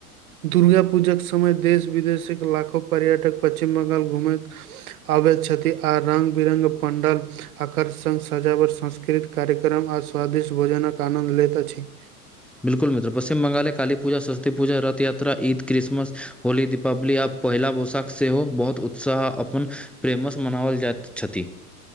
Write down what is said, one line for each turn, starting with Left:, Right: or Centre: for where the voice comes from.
Right: दुर्गा पूजाके समय देश विदेश के लाखो पर्यटक पश्चिम बंगाल घुमेैत। आबैत छथिन आ रंग बिरङ्ग पंण्डाल। आकर्ष सं सजावट संस्कृतिक कार्यक्रम आ स्वदिष्ट भोजनक आनन्द लेत अछि।
Centre: बिल्कुल मित्र पच्चिम बंगाली पुजा सस्वती पूजा रथ यातरा ईद क्रिसमस। होली दीपावली आब पहिला पोशाख सेहो बहुत उत्साह अपन प्रेमसँ मनाओल जाइत छथि।